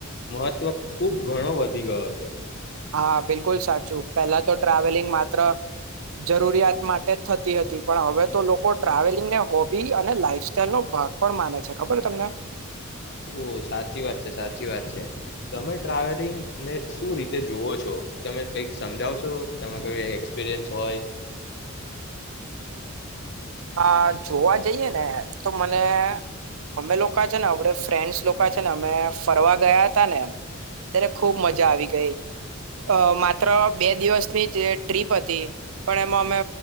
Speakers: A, on the left; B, on the right.
A: મહત્વ ખુબ ઘણો વધી ગયો છે.
B: હા બિલકુલ સાચું પહેલા તો ટ્રાવેલિંગ માત્ર, જરૂરિયાત માટે જ થતી હતી પણ હવે તો લોકો ટ્રાવેલિંગ ને હોબી અને લાઈફ ચલો ભાગ પણ માને છે ખબર તમને.
A: ઓ સાચી વાત છે સાચી વાત છે, તમે ટ્રાવેલિંગ ને શું રીતે જોવો છો? તમે કઈક સમજાવ સો? તો તમે કોઈ એક્સપિરિયન્સ હોય.
B: આ જોવા જ જઈએ ને તો મને અમે લોકા છે ને આમડે ફ્રેન્ડસ લોકા છે ને અમે ફરવા ગયા હતા ને, ત્યારે ખુબ મજા આવી ગઈ, અ માત્ર બે દિવસની જે ટ્રીપ હતી, પણ એમાં અમે